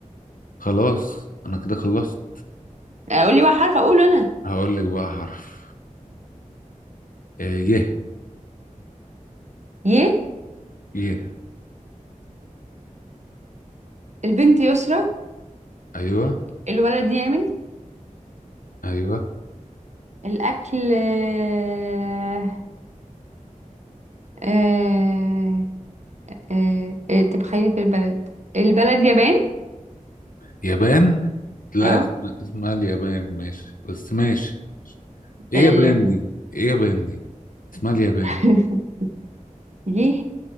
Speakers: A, on the left (about 80°); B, on the right (about 55°).
A: خلاص انا كده خلصت
B: اقول لي بقى حرف اقوله انا
A: هقول لك بقى حرف آه يه
B: ي
A: يه
B: البنت يسرى
A: ايوه
B: الولد يامن
A: ايوه
B: الأكل آه، آه، آه، آه، طب خلينا في البلد البلد يابان
A: يابان لا
B: اه
A: اسمها اسمها اليابان ماشي بس ماشي ماشي. ايه
B: طيب
A: يابان دي ايه يابان دي اسمها اليابان
B: <laughs> يه